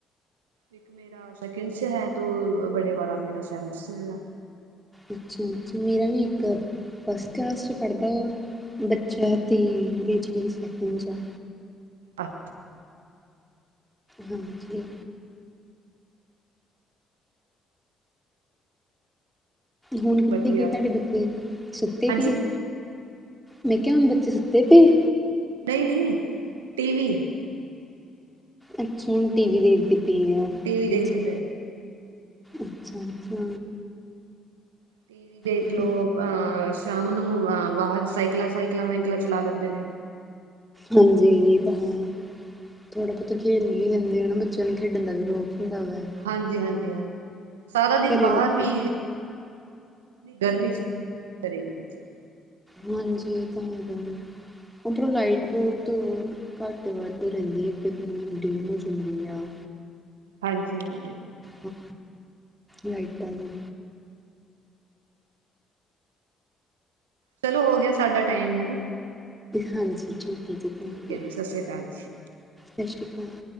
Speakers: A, on the right; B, in the centre.
A: ਇੱਕ ਮੇਰਾ ਸੈਕਿੰਡ ਚ ਹੈ। ਤੂੰ ਬੜੇ ਵਾਲਾ ਮੇਰਾ, ਸੈਵਨਥ ਚ ਹੈਗਾ।
B: ਅੱਛਾ- ਅੱਛਾ। ਮੇਰਾ ਵੀ ਇੱਕ। ਫਸਟ ਕਲਾਸ ਚ ਪੜਦਾ ਵ, ਬੱਚਾ ਤੇ, ਬੇਟੀ ਮੇਰੀ ਸੈਕਿੰਡ ਚ ਆ।
A: ਅੱ
B: ਹਾਜੀ ਹੁਣ ਕਿੱਥੇ
A: ਵਧੀਆ
B: ਗਏ ਤੁਹਾਡੇ ਬੱਚੇ ਸੁੱਤੇ
A: ਹਾਂਜੀ
B: ਪਏ।
A: ਨਹੀਂ
B: ਮੈਂ ਕਿਹਾ ਹੁਣ ਬੱਚੇ ਸੁੱਤੇ ਪਏ।
A: ਨਹੀਂ ਨਹੀ ਟੀ ਵੀ
B: ਅੱਛਾ ਹੁਣ ਟੀ ਵੀ ਦੇਖਦੇ ਪਏ ਐ। ਅ
A: ਟੀ ਵੀ ਦੇਖਦੇ
B: ਅੱਛਾ,
A: ਪਏ।
B: ਅੱਛਾ।
A: ਟੀ ਵੀ ਦੇਖ
B: ਅੱਛਾ
A: ਲਓ। ਸ਼ਾਮ ਨੂੰ ਬਾਹਰ ਸਾਈਕਲਾਂ- ਸਾਈਕਲਾਂ, ਵਾਈਕਲਾਂ, ਚਲਾ ਲੈਂਦੇ ਨੇ।
B: ਹਾਂਜੀ, ਏ,
A: ਬਸ
B: ਤਾਂ ਹਾਂ। ਥੋੜਾ ਬਹੁਤਾ ਖੇਲ ਵੀ ਲੈਂਦੇ ਹਨ ਨਾ, ਬੱਚਿਆਂ ਨੂੰ ਖੇਡਣ ਦਾ ਵਿਰੋਧ ਨੀ ਲਗਦਾ।
A: ਹਾਂਜੀ, ਹਾਂਜੀ, ਹਾਂਜੀ ਸਾਰਾ ਦਿਨ
B: ਘਰੇ
A: ਬਾਹਰ
B: ਲੋਕੀ
A: ਵੀ ਗਰਮੀ ਚ, ਕੀ ਕਰੇ ਬੱਚੇ।
B: ਹਾਂਜੀ, ਏ ਤਾਂ ਹੈ। ਉੱਧਰੋਂ ਲਾਈਟ ਬਹੁਤ ਘੱਟ- ਵੱਧ ਰਹਿੰਦੀ ਐ, ਇੱਕ ਦੀ ਡਿੰਮ ਹੋ ਜਾਂਦੀ ਆ।
A: ਹਾਂਜੀ- ਹਾਂਜੀ।
B: ਤਾਂ, ਲਾਈਟਾਂ ਦੀ।
A: ਚਲੋ, ਹੋ ਗਿਆ ਸਾਡਾ ਟਾਈਮ। ਹੈਨਾ।
B: ਹਾਂਜੀ ਠੀਕ ਐ ਜੀ। ਥੈਂਕ
A: ਠੀਕ
B: ਯੂ
A: ਹੈ ਜੀ ਸਤਿ ਸ਼੍ਰੀ ਅਕਾਲ ਜੀ।
B: ਸਤਿ ਸ਼੍ਰੀ ਅਕਾਲ